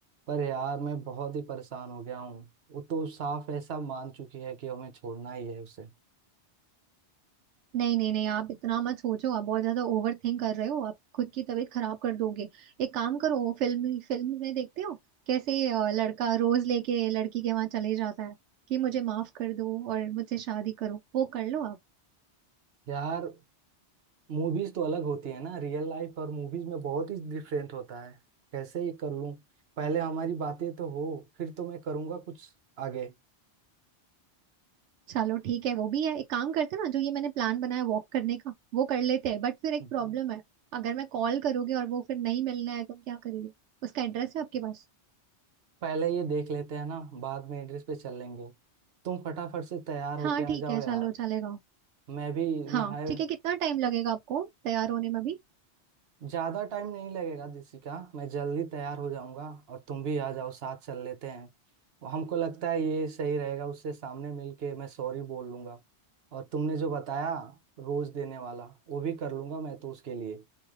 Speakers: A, on the right (about 60°); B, on the right (about 85°).
A: पर यार मैं बहुत ही परेशान हो गया हूँ वो तो साफ ऐसा मान चुकी है कि हमें छोड़ना ही है उसे
B: नहीं नहीं नहीं आप इतना मत सोचो आप बहुत ज्यादा ओवर थिंक कर रहे हो आप खुद की तबीयत खराब कर दोगे एक काम करो वो फिल्म फिल्म में देखते हो कैसे अ, लड़का रोज लेके लड़की के वहां चले जाता है कि मुझे माफ कर दो और मुझसे शादी करो वो कर लो आप
A: यार मूवीज तो अलग होती है ना रियल लाइफ और मूवीज में बहुत ही डिफरेंट होता है कैसे ही कर लूं पहले हमारी बातें तो हो फिर तो मैं करूंगा कुछ आगे
B: चलो ठीक है वो भी है एक काम करते हैं ना जो ये मैंने प्लान बनाया वॉक करने का वो कर लेते हैं बट फिर एक
A: हम्म।
B: प्रॉब्लम है अगर मैं कॉल करोगे और वो फिर नहीं मिलना है तो हम क्या करेंगे उसका एड्रेस है आपके पास
A: पहले ये देख लेते हैं ना बाद में एड्रेस पे चल लेंगे तुम फटाफट से तैयार
B: हाँ
A: होके आ
B: ठीक
A: जाओ
B: है
A: यार
B: चलो चलेगा
A: मैं भी
B: हाँ
A: नहाए
B: ठीक है कितना टाइम लगेगा आपको तैयार होने में भी
A: ज्यादा टाइम नहीं लगेगा दिसिका मैं जल्दी तैयार हो जाऊंगा और तुम भी आ जाओ साथ चल लेते हैं हमको लगता है ये सही रहेगा उससे सामने मिलके मैं सॉरी बोल लूंगा और तुमने जो बताया रोज देने वाला वो भी कर लूंगा मैं तो उसके लिए